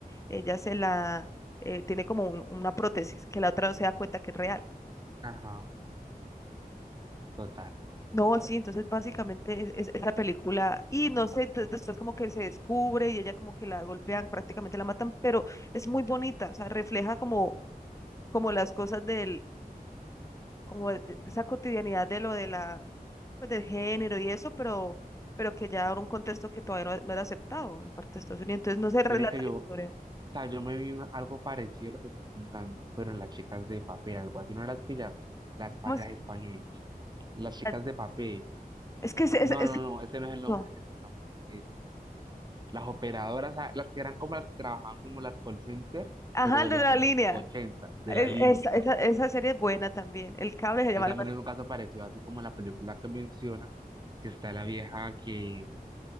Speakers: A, on the left (about 20°); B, on the right (about 25°).
A: ella se la, eh, tiene como un- una prótesis, que la otra no se da cuenta que es real.
B: ajá, total.
A: No, sí, entonces básicamente es, es- es la película, y no sé, entonces después como que se descubre y ella como que la golpean, prácticamente la matan, pero es muy bonita, o sea, refleja como como las cosas del, como de- de esa cotidianidad de lo de la, pues, del género y eso, pero, pero que ya ahora un contexto que todavía no, no era aceptado en parte de Estados Unidos, entonces no se relata
B: Mire que yo,
A: la historia.
B: o sea, yo me vi una- algo parecido a lo que estás contando, pero en las chicas de papel, algo así, no las has pillado, las, pa-
A: ¿Cómo es?
B: las españolas, las chicas
A: Ah,
B: de papel.
A: es que es, es-
B: No,
A: es-
B: no, no, ese no es el nombre,
A: no.
B: ese no es el nombre. Es las operadoras, ah, las que eran como las que trabajaban como las call center,
A: Ajá,
B: pero de
A: el de
B: los
A: la
B: años
A: línea.
B: 80, de
A: E-
B: la línea,
A: Esa,
B: sí.
A: esa, esa serie es buena también. El cable se
B: Ahí
A: llama
B: también
A: algo así.
B: es un caso parecido, así como en la película que mencionas, que está la vieja que